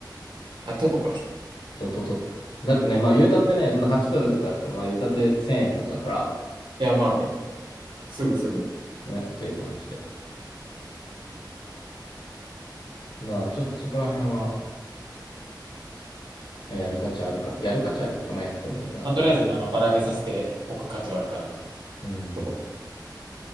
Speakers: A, on the right; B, on the left.
A: あ、ととか。
B: そう、とと。だってね、まあ言うたってね、その8ドルとかやったら、まあ言うたって1000円とかだから、
A: いや、まあね。すぐすぐ。
B: ね、っていう感じで。まあちょっとそこら辺は、まあ、やる価値あるか、やる価値あるっていうか、まあやってもいいかなと。
A: まあ、とりあえず、あの、ばらけさせておく価値はあるかな、みたいな
B: うん。
A: とこ。